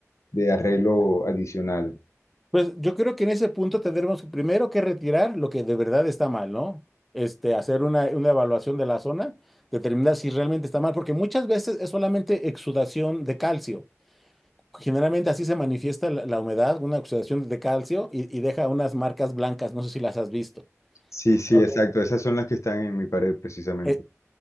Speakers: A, on the left; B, in the centre.
A: de arreglo adicional?
B: Pues yo creo que en ese punto tendremos primero que retirar lo que de verdad está mal, ¿no? Este, hacer una, una evaluación de la zona, determinar si realmente está mal, porque muchas veces es solamente exudación de calcio. Generalmente así se manifiesta la, la humedad, una exudación de calcio y, y deja unas marcas blancas, no sé si las has visto.
A: Sí, sí,
B: Ok.
A: exacto. Esas son las que están en mi pared precisamente.
B: Eh,